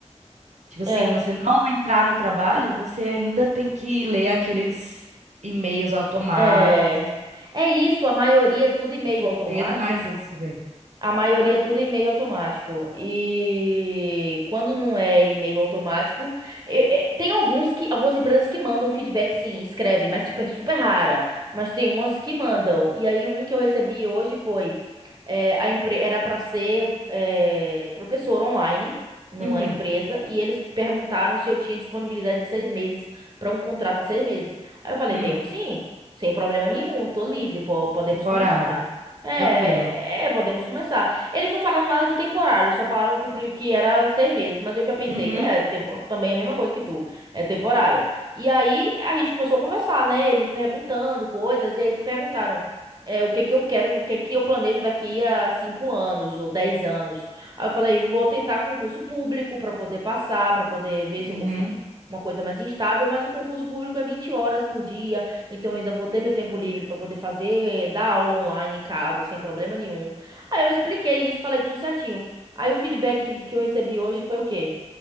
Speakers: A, on the right (about 75°); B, on the right (about 35°).
A: tipo assim,
B: É,
A: você não entrar no trabalho, você ainda tem que ler aqueles e-mails automáticos.
B: é, é isso, a maioria é tudo e-mail
A: Me Chateia
B: automático.
A: demais isso, velho.
B: A maioria é tudo em e-mail automático. E quando não é e-mail automático, é- é- tem alguns que, algumas empresas que mandam feedback, sim, escrevem, mas tipo, é super rara. Mas tem umas que mandam. E aí, um que eu recebi hoje foi: é, a empre era para ser é, professor online numa
A: Uhum.
B: empresa, e eles perguntaram se eu tinha disponibilidade de seis meses para um contrato de seis meses. Aí eu falei:
A: Hum.
B: tenho sim, sem problema nenhum, tô livre, po- podemos
A: Temporário.
B: começar. É,
A: Tranquilo.
B: é, é, podemos começar. Eles não falaram nada de temporário, só falaram que, o, pri- que era seis meses, mas eu já pensei,
A: Uhum,
B: é, tempo, também é a mesma coisa que tu, é temporário. E aí a gente começou a conversar, né? Eles perguntando coisas, e aí eles perguntaram é, o que que eu quero, o que que eu planejo daqui a cinco anos ou dez anos. Aí eu falei, vou tentar concurso público para poder passar, para poder ver
A: uhum.
B: se eu consigo uma coisa mais instável, mas o concurso público é 20 horas por dia. Então eu ainda vou ter meu tempo livre pra poder fazer, eh, dar aula online em casa, sem problema nenhum. Aí eu expliquei isso, falei tudo certinho. Aí o feedback que eu recebi hoje foi o quê?